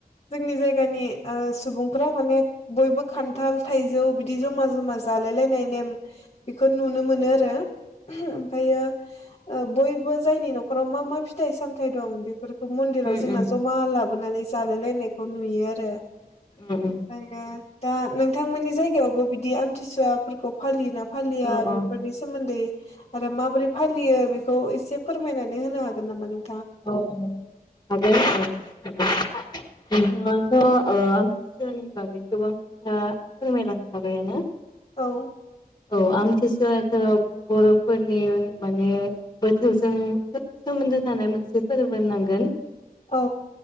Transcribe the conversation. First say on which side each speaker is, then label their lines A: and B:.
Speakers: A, on the left; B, on the left.
A: जोंनि जायगानि ओ सुबुं फोरा माने बयबो खान्थाल थाइजौ बिदि जमा जमा जालाय लायनाय नेम बेफोर बेखौ नुनो मोनो आरो ओम ओमफ्रायो ओ बयबो जायनि न'खराव मा मा फिथाइ सामथाइ दं बेफोर खौ मन्दिराव
B: उम
A: जोंना जमा लाबोनानै जालाय लायनायखौ नुयो आरो
B: उम उम
A: ओमफ्रायो दा नोंथांमोननि जायगायावबो बिदि आमथिसुवाफोरखौ फालियोना फालिया
B: औ
A: बेफोरनि
B: औ
A: सोमोन्दै आरो माबोरै फालियो बेखौ एसे फोरमायनानै होनो हागोन नामा नों
B: अ औ हागोन औ औ नोंथाङाथ' ओ आमथिसुवानि बागै गोबां खोथा फोरमायलांखाबायानो
A: औ
B: औ आमथि- सुवायाथ' बर'फोरनि माने बोथोरजों सोमोन्दो थानाय मोनसे फोरबो होननांगोन।
A: औ